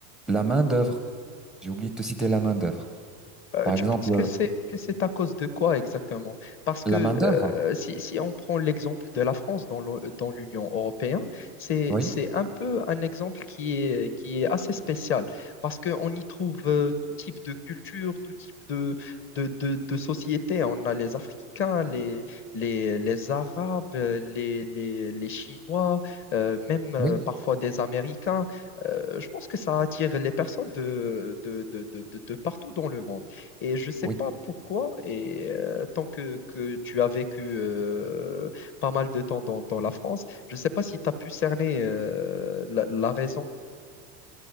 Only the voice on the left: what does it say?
Euh,
tu
penses que
c'est que c'est à cause de quoi exactement? Parce que
euh, si, si on prend l'exemple de la France dans l'O- dans l'Union européenne, c'est
c'est un peu un exemple qui est qui est assez spécial parce qu'on y trouve euh, tout type de culture, tout type de de, de, de société. On a les Africains, les les, les Arabes, euh, les, les, les Chinois, euh, même euh,
parfois des Américains. Euh, je pense que ça attire les personnes de de, de, de, de de partout dans le monde. Et je ne sais
pas pourquoi, et euh, tant que, que tu as vécu euh, pas mal de temps dans, dans la France, je ne sais pas si tu as pu cerner euh, la, la raison.